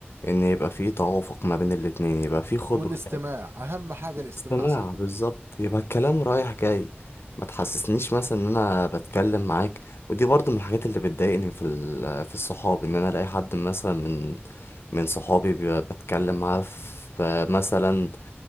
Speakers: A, on the left; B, on the right.
A: ان يبقى في توافق ما بين الاتنين يبقى في خد
B: والاستماع
A: وهات.
B: اهم حاجه الاستماع
A: استماع
B: يا صاحبي
A: بالظبط يبقى الكلام رايح جاي ما تحسسنيش مثلا ان انا بتكلم معاك ودي برضو من الحاجات اللي بتضايقني في ال- في الصحاب ان انا الاقي حد مثلا من من صحابي ب- بتكلم معاه في مثلا